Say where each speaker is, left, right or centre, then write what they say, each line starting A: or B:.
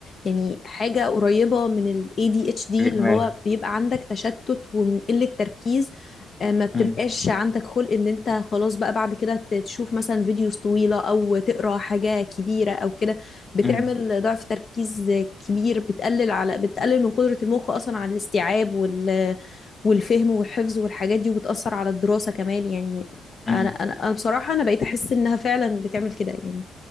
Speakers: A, on the left (about 45°); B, on the left (about 15°).
A: يعني حاجه قريبه من ال ADHD
B: الادمان
A: اللي هو بيبقى عندك تشتت وقله تركيز آه، ما بتبقاش
B: امم
A: عندك خلق ان انت خلاص بقى بعد كده ت- تشوف مثلا فيديوز طويلة او تقرا حاجة كبيرة او كده بتعمل
B: امم
A: ضعف تركيز كبير بتقلل على بتقلل من قدرة المخ اصلا على الاستيعاب وال والفهم والحفظ والحاجات دي وبتأثر على الدراسة كمان يعني
B: امم
A: انا انا انا بصراحة انا بقيت احس انها فعلا بتعمل كده يعني